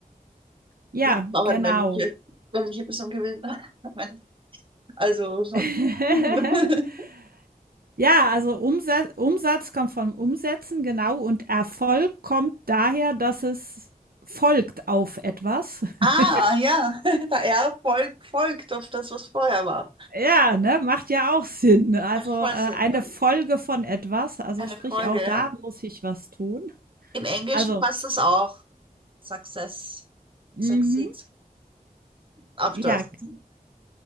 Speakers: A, on the right; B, on the right.
A: Ja,
B: Das war auch
A: genau.
B: ein männliche, männliche Person gewesen. <laughs> Also von
A: <laughs>
B: tun. <laughs>
A: Ja, also Umsatz, Umsatz kommt vom Umsetzen, genau, und Erfolg kommt daher, dass es folgt auf etwas. <laughs>
B: Ah, ja. <laughs> Ja, Volk folgt auf das, was vorher war.
A: Ja, ne, macht ja auch Sinn. Also,
B: Macht voll
A: äh, eine
B: Sinn, ja.
A: Folge von etwas, also
B: Eine
A: sprich
B: Folge,
A: auch
B: ja.
A: da muss ich was tun.
B: Im Englischen
A: Also,
B: passt das auch. Success,
A: mhm,
B: succeeds after.
A: ja,
B: <laughs>